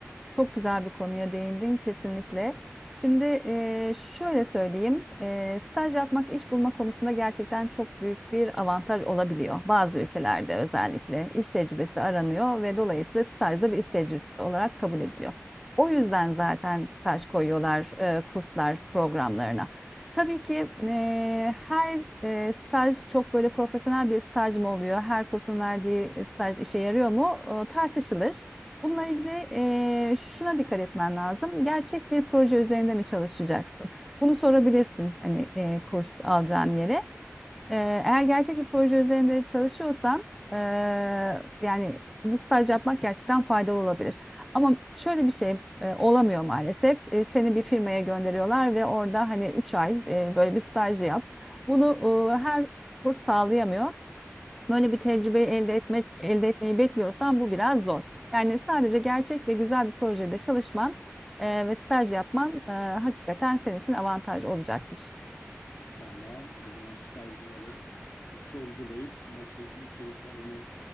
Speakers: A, in the centre; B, on the left.
A: Çok güzel bir konuya değindin kesinlikle. Şimdi eee, şöyle söyleyeyim, eee, staj yapmak, iş bulma konusunda gerçekten çok büyük bir avantaj olabiliyor. Bazı ülkelerde özellikle iş tecrübesi aranıyor ve dolayısıyla staj da bir iş tecrübesi olarak kabul ediliyor. O yüzden zaten staj koyuyorlar eee, kurslar programlarına. Tabii ki eee, her eee, staj çok böyle profesyonel bir staj mı oluyor? Her kursun verdiği staj işe yarıyor mu? Eee, tartışılır. Bununla ilgili eee, şuna dikkat etmen lazım. Gerçek bir proje üzerinde mi çalışacaksın? Bunu sorabilirsin hani eee, kurs alacağın yere. Eee, eğer gerçek bir proje üzerinde çalışıyorsan eee, yani bu staj yapmak gerçekten faydalı olabilir. Ama şöyle bir şey eee, olamıyor maalesef. Eee, seni bir firmaya gönderiyorlar ve orada hani 3 ay eee, böyle bir staj yap. Bunu eee, her kurs sağlayamıyor. Böyle bir tecrübeyi elde etmek, elde etmeyi bekliyorsan bu biraz zor. Yani sadece gerçek ve güzel bir projede çalışman e, ve staj yapman e, hakikaten senin için avantaj olacaktır.
B: Ben bağım o zaman stajlıları bir sorgulayıp nasıl bir içerik var onu